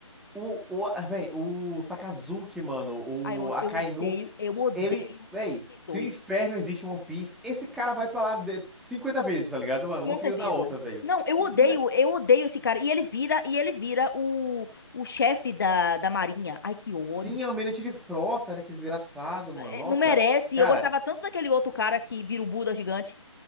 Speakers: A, in the centre; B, on the left.
A: o, o, ah, véi, o Sakazuki, mano, o
B: ai, eu,
A: Akainu,
B: eu odeio, eu odeio
A: ele, véi,
B: esses
A: se
B: dois.
A: o inferno existe em One Piece, esse cara vai pra lá de- 50 vezes, tá ligado, mano?
B: Com
A: Uma seguida
B: certeza.
A: da outra, velho.
B: Não, eu
A: Que
B: odeio,
A: desgra...
B: eu odeio esse cara. E ele vira, e ele vira o, o chefe da, da Marinha. Ai, que ódio.
A: Sim, é um almirante de frota, né, esse desgraçado, mano.
B: É,
A: Nossa,
B: Não merece.
A: cara.
B: Eu gostava tanto daquele outro cara que vira o Buda gigante.